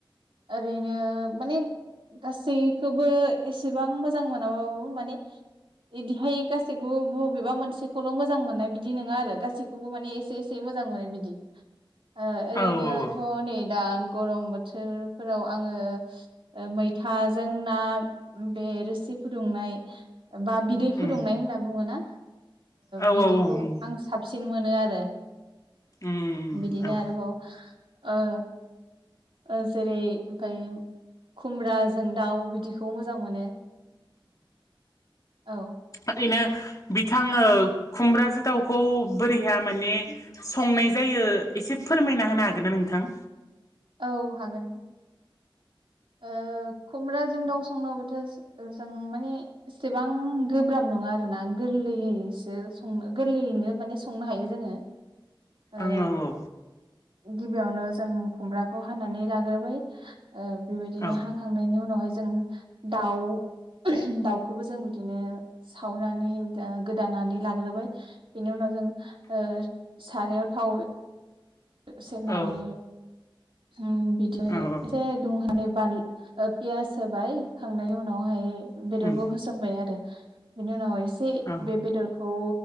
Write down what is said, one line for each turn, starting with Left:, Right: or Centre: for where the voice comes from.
Right: ओरैनो माने गासैखोबो एसेबां मोजां मोनाबाबो माने इदिहाय गासैखौबो बबेबा मोनसेखौल मोजां मोननाय बिदि नोङा आरो गासैखौबो माने एसे एसे मोजां मोनो बिदि ओरैनोथ
Left: औ औ औ
Right: नै दा गरम बोथोरफोराव आङो मैथाजों ना बे रोसि फुदुंनाय बा बिदै फुदुंनाय
Left: उम
Right: होनना बुङो ना।
Left: औ
Right: बिदिखौ
Left: औ औ उम
Right: आं साबसिन मोनो आरो।
Left: उम
Right: बिदिनो
Left: औ
Right: आरोबाव ओ। ओ जेरै ओमफाय खुमब्राजों दाउ बिदिखौ मोजां मोनो औ
Left: ओरैनो बिथाङो खुमब्राजो दावखौ बोरैहा माने संनाय जायो। एसे फोरमायना होनो हागोन ना नोंथां।
Right: औ हागोन। ओ खुमब्राजों दाउ संनोबाथ जों माने इसेबां गोब्राब नङा आरो ना गोरलैहैसो संनो गोरलैयै नो माने संनो हायो जोङो ओ
Left: आं औ औ।
Right: गिबियावनो जों खुमब्राखौ हानानै लाग्रोबाय ओ बेबायदिनो
Left: औ
Right: हाखांनायनि उनावहाय जों दाउ दाउखौबो जों बिदिनो सावनानै दा गोदानानै लाग्रोबाय बेनि उनाव जों ओ सारायाव थाव सेरनानै
Left: औ
Right: उम बिद्लै
Left: औ औ
Right: एसे दुंहनानै बान पियास होबाय खांनायनि उनावहाय बेदरखौ
Left: उम
Right: होसनबाय आरो‌। बिनि उनाव एसे
Left: औ
Right: बे बेदरखौ